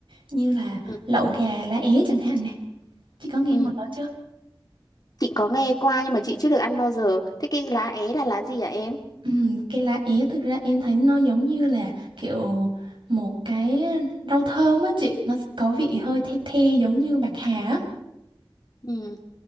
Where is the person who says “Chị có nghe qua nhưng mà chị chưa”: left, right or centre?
Left